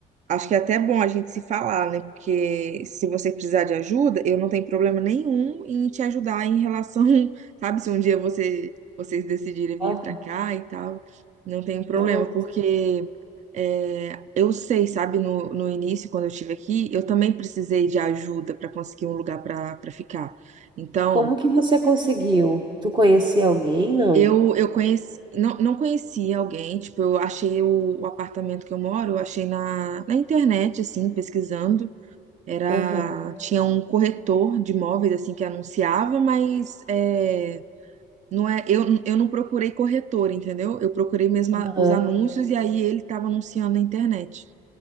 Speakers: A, on the right; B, on the right.
A: Acho que é até bom a gente se falar, né? Porque se você precisar de ajuda, eu não tenho problema nenhum em te ajudar em relação, <laughs> sabe, se um dia você, vocês decidirem
B: Ah,
A: vir pra cá e tal, não tenho problema,
B: nossa.
A: porque é, eu sei, sabe, no, no início, quando eu estive aqui, eu também precisei de ajuda para conseguir um lugar para para ficar. Então,
B: Como que você conseguiu? Tu conhecia alguém? Não.
A: eu, eu conheci, não, não conhecia alguém, tipo, eu achei o, o apartamento que eu moro, eu achei na, na internet, assim, pesquisando. Era,
B: Aham.
A: tinha um corretor de imóveis assim que anunciava, mas é, não é, eu, eu não procurei corretor, entendeu? Eu procurei mesmo
B: Aham.
A: a- os anúncios e aí ele estava anunciando na internet.